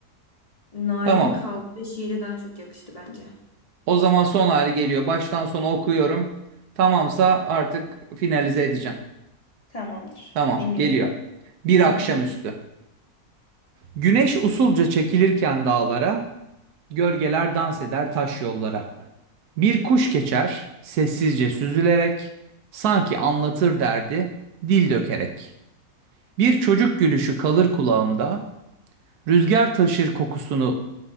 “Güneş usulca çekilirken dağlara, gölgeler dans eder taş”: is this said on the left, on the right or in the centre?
Right